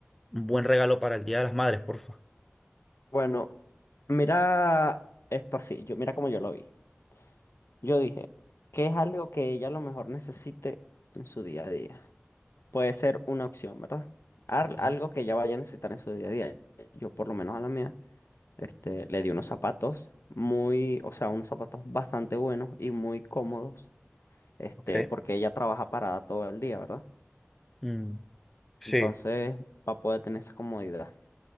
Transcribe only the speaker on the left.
Bueno, mira esto así, yo, mira cómo yo lo vi. Yo dije, ¿qué es algo que ella a lo mejor necesite en su día a día? Puede ser una opción, ¿verdad? Al-
algo que ella vaya a necesitar en su día a día. Yo por lo menos a la mía, este, le di unos zapatos muy, o sea, unos zapatos bastante buenos y muy cómodos, este,
porque ella trabaja parada todo el día, ¿verdad?
Entonces va a poder tener esa comodidad.